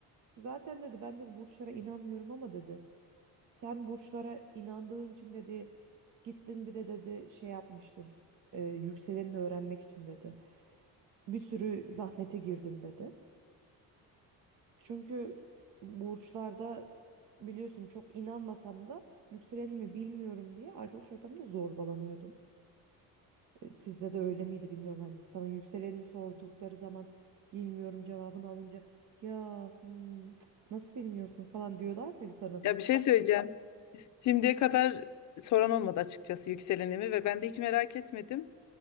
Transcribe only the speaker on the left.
Ya bir şey söyleyeceğim. Şimdiye kadar soran olmadı açıkçası yükselenimi ve ben de hiç merak etmedim.